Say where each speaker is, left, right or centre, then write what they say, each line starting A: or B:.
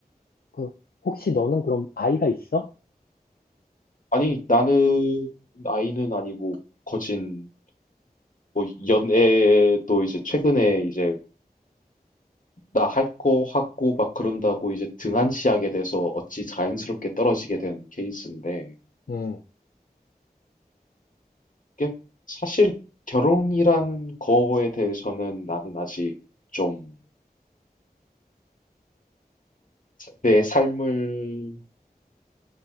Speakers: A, on the left (about 75°); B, on the left (about 55°).
A: 그 혹시 너는 그럼 아이가 있어?
B: 아니 나는 나이는 아니고 거진 뭐 연애도 이제 최근에 이제 나 할 거 하고 막 그런다고 이제 등한시하게 돼서 어찌 자연스럽게 떨어지게 된 케이스인데,
A: 음.
B: 이게 사실 결혼이라는 거에 대해서는 나는 아직 좀 내 삶을,